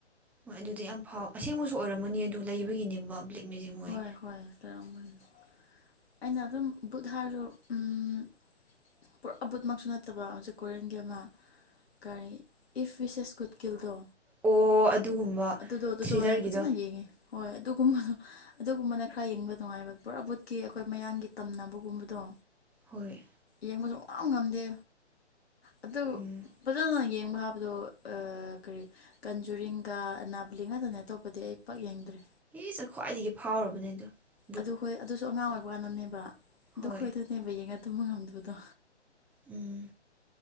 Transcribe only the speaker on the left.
ꯍꯣꯏ ꯍꯣꯏ <unintelligible> ꯑꯩꯅ ꯑꯗꯨꯝ ꯕꯨꯠ ꯍꯥꯏꯔꯖꯨ ꯎꯝ ꯄꯨꯔꯥ ꯚꯨꯠ ꯃꯛꯁꯨ ꯅꯠꯇꯕ ꯍꯧꯖꯤꯛ ꯀꯣꯔꯤꯌꯟꯒꯤ ꯑꯃ꯫ ꯀꯔꯤ ꯏꯐ ꯋꯤꯁꯦꯁ ꯀꯨꯠꯀꯤꯜꯗꯣ꯫
ꯑꯗꯨꯗꯣ ꯑꯗꯨꯗꯣ
ꯑꯣꯏꯅ ꯐꯖꯅ ꯌꯦꯡꯉꯦ ꯍꯣꯏ ꯑꯗꯨꯒꯨꯝꯕꯗꯣ꯫ ꯑꯗꯨꯒꯨꯝꯕꯅ ꯈꯔ ꯌꯦꯡꯕ ꯅꯨꯡꯉꯥꯏꯕ ꯄꯨꯔꯥ ꯕꯨꯠꯀꯤ ꯑꯩꯈꯣꯏ ꯃꯌꯥꯡꯒꯤ ꯇꯝꯅꯕꯒꯨꯝꯕꯗꯣ꯫
ꯌꯦꯡꯕ ꯁꯨꯉꯝ ꯉꯝꯗꯦ ꯑꯗꯨ
ꯐꯖꯅ ꯌꯦꯡꯕ ꯍꯥꯞ ꯑꯗꯣ ꯑ ꯀꯔꯤ ꯀꯟꯖꯨꯔꯤꯡꯒ ꯑꯅꯥꯕꯂꯤ ꯈꯛꯇꯅꯦ ꯑꯇꯣꯞꯄꯗꯤ ꯑꯩ ꯄꯥꯛ ꯌꯦꯡꯗ꯭ꯔꯤ꯫
ꯑꯗꯨ ꯍꯣꯏ ꯑꯗꯨꯁꯨ ꯑꯉꯥꯡ ꯑꯣꯏꯕ ꯀꯥꯟꯗꯅꯦꯕ ꯑꯗꯨ
ꯈꯣꯏꯗꯨꯅꯦꯕ ꯌꯦꯡꯉ ꯇꯨꯝꯕ ꯉꯝꯗꯕꯗꯣ